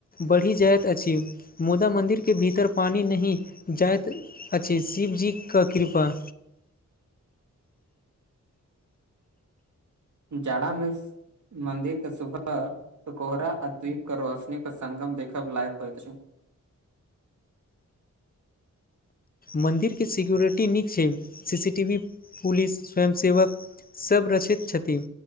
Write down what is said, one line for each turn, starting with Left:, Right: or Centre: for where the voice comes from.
Left: बढ़ि जायइत अछि मुदा मन्दिर के भीतर पानि नहि जायत अछी शिवजीके कृपा।
Right: जाड़ामे मन्दिर तऽ सुबह त कोहरा आ द्वीप के रोशनी के संगम देखब लायक होइत छै।
Left: मन्दिरके सिक्योरििटी नीक छै C C T V police स्वयं सेवक सभ रक्षित छथिन